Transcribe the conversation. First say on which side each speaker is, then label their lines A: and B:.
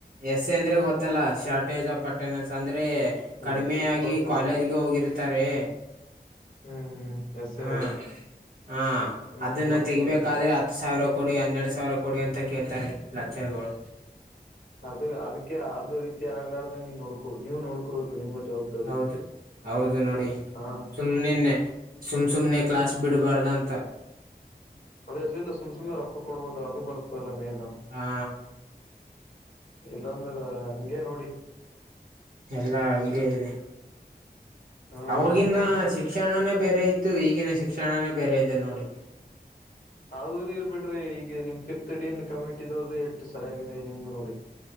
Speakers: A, on the right (about 65°); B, on the left (about 55°).
A: ಎಸ್ ಎ ಅಂದ್ರೆ ಗೊತ್ತಲ್ಲ ಶಾರ್ಟೇಜ್ ಆಫ್ ಅಟೆಂಡೆನ್ಸ್ ಅಂದ್ರೆ ಕಡಿಮೆ
B: ಗೊತ್ತು
A: ಆಗಿ
B: ಗೊತ್ತು
A: ಕಾಲೇಜ್ಗೆ
B: ಗೊತ್ತು
A: ಹೋಗಿರ್ತಾರೆ.
B: ಹ್ಮ್ ಹ್ಮ್ ಎಸೇ
A: ಹಾ
B: ಆಗತ್ತೆ
A: ಹಾ
B: ಹ್ಮ್
A: ಅದನ್ನ
B: ಗೊತ್ತು
A: ತೆಗಿಬೇಕಾದ್ರೆ
B: ಗೊತ್ತು.
A: ಹತ್ತು ಸಾವಿರ ಕೊಡಿ ಹನ್ನೆರಡು ಸಾವಿರ ಕೊಡಿ ಅಂತ ಕೇಳ್ತಾರೆ ಲೆಕ್ಚರ್ ಗಳು.
B: ಅದು ಅದಕ್ಕೆ ಅದು ರೀತಿ ಆಗ್ಲಾರ್ ದಂಗ ನೋಡ್ಕೋ ನೀವು ನೋಡ್ಕೋಬೇಕು ನಿಮ್ಮ ಜವಾಬ್ದಾರಿ.
A: ಹೌದು ಹೌದು ನೋಡಿ
B: ಹಾ
A: ಸುಮ್ನೆನೆ ಸುಮ್ ಸುಮ್ನೆ ಕ್ಲಾಸ್ ಬಿಡ್ಬ್ಯಾಡ್ದಂತ.
B: ಹದ್ಯಸ ಇಲ್ಲ ಸುಮ್ ಸುಮ್ಮನೆ ರೊಕ್ಕ ಕೊಡ್ಬೇಕಲ ಅದು ಬರ್ತದಲ್ಲ ಮೇನ್.
A: ಹಾ
B: ಇಲ್ಲಾಂದ್ರ ಹಂಗೆ ನೋಡಿ.
A: ಎಲ್ಲಾ ಹಂಗೆ ಇದೆ
B: ಹ್ಮ
A: ಅವವಾಗಿನ್ನ
B: ಮತ್ತ
A: ಶಿಕ್ಷಣನೇ ಬೇರೆ ಇತ್ತು ಈಗಿನೇ ಶಿಕ್ಷಣನೇ ಬೇರೆ ಇದೆ ನೋಡಿ.
B: ಅವ್ರ್ ಇವ್ರ್ ಬಿಡ್ರಿ ಈಗ ನಿಮ್ ಫಿಫ್ತ್ ಡಿನ್ ಕಮಿಟಿದೋರ್ದೆ ಎಷ್ಟು ಸರಿಯಾಗಿದೆ ನಿಮ್ದು ನೋಡಿ.